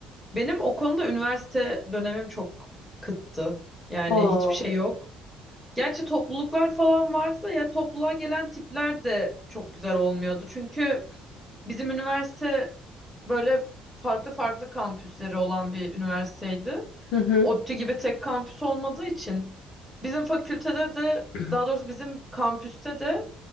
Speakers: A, in the centre; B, on the left (about 80°).
A: Benim o konuda üniversite dönemim çok kıttı. Yani
B: Aa.
A: hiçbir şey yok. Gerçi topluluklar falan vardı da ya topluluğa gelen tipler de çok güzel olmuyordu. Çünkü bizim üniversite böyle farklı farklı kampüsleri olan bir üniversiteydi.
B: Hı hı.
A: ODTÜ gibi tek kampüs olmadığı için bizim fakültede de
B: <clears throat>
A: daha doğrusu bizim kampüste de